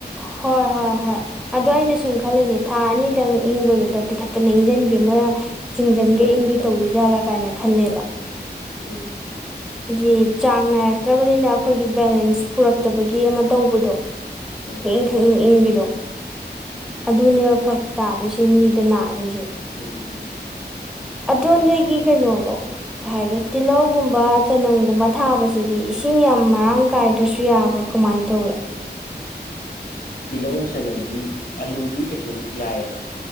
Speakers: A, in the centre; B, on the left.
A: ꯍꯣꯏ ꯍꯣꯏ ꯍꯣꯏ ꯑꯗꯣ ꯑꯩꯅ ꯁꯨꯝ ꯈꯜꯂꯤꯅꯦ ꯊꯥ ꯑꯅꯤꯗꯪ ꯏꯪꯕꯗꯨꯗ ꯇꯤꯈꯠꯇꯅ ꯏꯪꯖꯟꯕꯤ ꯑꯃ ꯆꯤꯡꯖꯟꯒꯩ
B: ꯑꯪ
A: ꯏꯪꯕꯤ
B: ꯇꯧꯋꯦ
A: ꯇꯧꯗꯣꯏꯖꯥꯠꯂꯥ ꯀꯥꯏꯅ ꯈꯜꯂꯦꯕ
B: ꯇꯧꯋꯦ ꯎꯝ
A: ꯍꯥꯏꯗꯤ ꯆꯥꯡ ꯅꯥꯏꯔꯛꯇ꯭ꯔꯕꯅꯤꯅ ꯑꯩꯈꯣꯏꯒꯤ ꯕꯦꯂꯦꯟꯁ ꯄꯨꯔꯛꯇꯕꯒꯤ ꯑꯃ ꯇꯧꯕꯗꯣ
B: ꯍꯣꯏ
A: ꯈꯪꯏꯪ ꯈꯪꯏꯪ ꯏꯪꯕꯤꯗꯣ
B: ꯎꯝ
A: ꯑꯗꯨꯅꯦꯕ ꯐꯔꯛ ꯇꯥꯗꯣꯏꯁꯦ ꯃꯤꯗ ꯅꯥꯗꯣꯏꯁꯦ
B: ꯎꯝ ꯎꯝ
A: ꯑꯗꯣ ꯅꯣꯏꯒꯤ ꯀꯩꯅꯣꯗꯣ ꯀꯩ ꯍꯥꯏꯒꯦ ꯇꯤꯜꯍꯧꯒꯨꯝꯕ ꯆꯅꯝꯒꯨꯝꯕ ꯊꯥꯕꯁꯤꯗꯤ ꯏꯁꯤꯡ ꯌꯥꯝ ꯃꯔꯥꯡ ꯀꯥꯏꯗ꯭ꯔꯁꯨ ꯌꯥꯕ꯭ꯔꯥ ꯀꯃꯥꯏꯅ ꯇꯧꯋꯦ
B: ꯇꯤꯜꯍꯧ ꯆꯅꯝꯗꯤ ꯑꯂꯨꯗꯤ ꯀꯩꯁꯨ ꯌꯥꯏꯑꯦꯕ